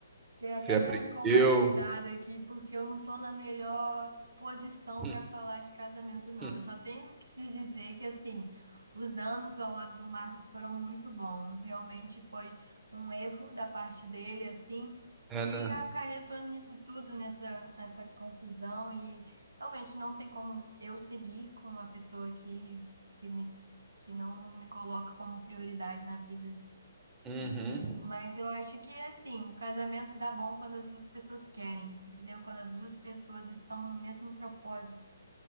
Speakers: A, on the right (about 80°); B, on the right (about 15°).
A: E até
B: que você aprendeu.
A: me arrancou uma risada aqui, porque eu não tô na melhor posição
B: <laughs>
A: para falar de casamento, não.
B: Hum, hum.
A: Eu só tenho que te dizer que, assim, os anos ao lado do Marcos foram muito bons. Realmente foi um erro da parte dele, assim,
B: É,
A: que
B: né?
A: acarretou nisso tudo, nessa, nessa confusão, e realmente não tem como eu seguir com uma pessoa que, que me, que não me coloca como prioridade na vida.
B: Uhum,
A: Enfim, mas eu acho que assim, o casamento dá bom quando as duas pessoas querem, entendeu? Quando as duas pessoas estão no mesmo propósito.